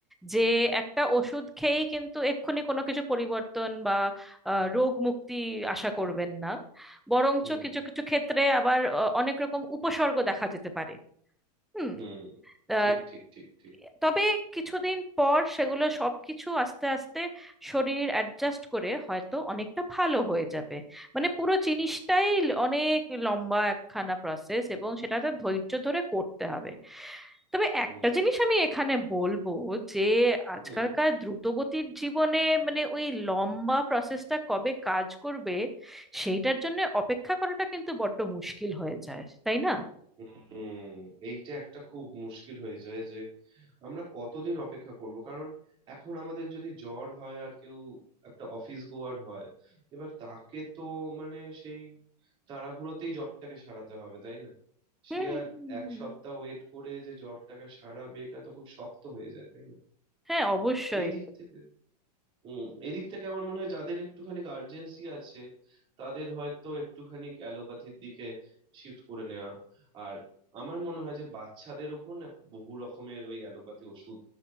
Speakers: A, in the centre; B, on the right.
A: যে একটা ওষুধ খেয়েই কিন্তু এক্ষুনি কোনো কিছু পরিবর্তন বা
B: হুম
A: আহ, রোগ মুক্তি আশা করবেন না বরঞ্চ
B: হুম
A: কিছু কিছু ক্ষেত্রে আবার আহ, অনেক রকম উপসর্গ দেখা যেতে পারে হুম
B: হুম ঠিক
A: আহ,
B: ঠিক ঠিক ঠিক
A: তবে কিছুদিন পর সেগুলো সবকিছু আস্তে আস্তে শরীর অ্যাডজাস্ট করে হয়তো অনেকটা ভালো হয়ে যাবে মানে পুরো জিনিসটাই ল- অনেক লম্বা একখানা প্রসেস এবং সেটাতে ধৈর্য ধরে করতে হবে তবে একটা
B: হুম
A: জিনিস আমি এখানে বলবো যে আজকালকার
B: হুম
A: দ্রুতগতির জীবনে মানে ওই লম্বা প্রসেসটা কবে কাজ করবে সেইটার জন্য অপেক্ষা করাটা কিন্তু বড্ড মুশকিল হয়ে যায় তাই না
B: হুম এইটা একটা খুব মুশকিল হয়ে যায় যে আমরা কতদিন অপেক্ষা করব কারণ এখন আমাদের যদি জ্বর হয় আর কেউ একটা অফিস গোয়ার হয় এবার তাকে তো মানে সেই তাড়াহুড়োতেই জ্বরটাকে সারাতে হবে তাই না সে
A: হুম হুম
B: আর এক
A: হুম।
B: সপ্তাহ ওয়েট করে যে জ্বরটাকে সারাবে এটা তো খুব শক্ত হয়ে যায় তাই না
A: হ্যাঁ অবশ্যই
B: এই দিক থেকে হুম এদিক থেকে আমার মনে হয় যাদের একটুখানি আর্জেন্সি আছে তাদের হয়তো একটুখানি অ্যালোপ্যাথির দিকে শিফট করে নেওয়া আর আমার মনে হয় যে বাচ্চাদের ওপর না বহু রকমের ওই অ্যালোপ্যাথি ওষুধ